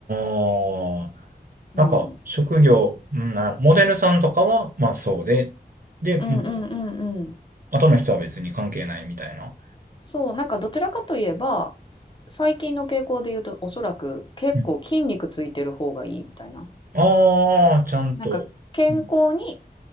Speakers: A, on the right; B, on the left.
A: ああ、なんか、
B: うん、
A: 職業、うんなる、モデルさんとかは、まあそうで、で、
B: うんうんうん。
A: まあ
B: んうん。
A: 後の人は別に関係ないみたいな。
B: そう、なんかどちらかといえば、最近の傾向で言うと、おそらく結構筋肉ついてる方がいいみたいな。
A: うん、ああ、ちゃんと。
B: なんか健康に
A: うん、